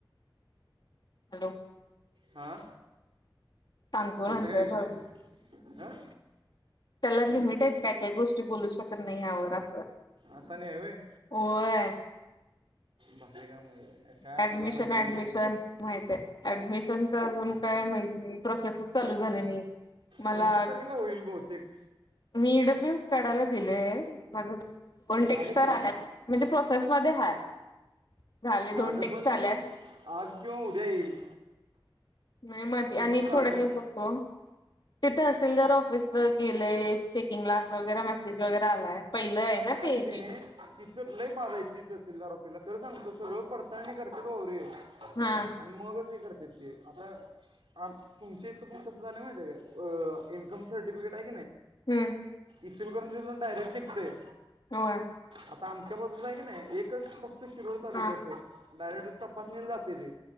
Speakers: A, on the left (about 60°); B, on the right (about 80°).
A: हॅलो!
B: हा
A: सांगतो
B: त्याच
A: नंतर
B: काय विषय हं?
A: त्याला लिमिट आहे. काय काय गोष्टी बोलू शकत नाही यावर असं..
B: अस नाही आहे, होय.
A: होय
B: भारी काम आहे काय आपल्याला
A: ऍडमिशन,
B: माहिती
A: ऍडमिशन
B: नाही
A: माहित आहे. अऍडमिशन, तुमच आजुन काय माहित नाही. प्रोसेस चालू झाले नाही. मला
B: पंचवीस तारखेला होईल बहुतेक
A: मी डब्लू- चढायला दिले मग पण टेक्स्टर
B: आलं की नाही
A: आल्या, म्हणजे प्रोसेस मध्ये हाय. झाले दोन
B: माझं
A: टेक्स्ट
B: पण
A: आल्यात
B: आज किंवा उद्या येईल.
A: नाही मध्ये
B: मी
A: आणि
B: पण काढलं
A: थोडे दिवस बघतो. तिथे तहसीलदार ऑफिस गेलेय. चेकिंगला वगैरे मेसेज वगैरे आलाय. पहिलं ना
B: ते आहे की नाही
A: मे बी
B: तिथं लय बाधा तिथं आहेत तहसीलदार ऑफिसला खरं सांगतो सगळं पडताळणी करतात. वावरे
A: हा
B: आणि मगच हे करत. तितके आता आ तुमच्या इथं पण कसं झालं माहिती काय इन्कमसाठी सर्टिफिकेट हाय
A: हं
B: इचलकरंजीहुन डायरेक्ट निघतेय.
A: होय.
B: आता आमच्या बाजूच आहे की नाही, एकच फक्त शिरोळ तालुक्याचं
A: हा
B: डायरेक्ट तपासणीला जातय ते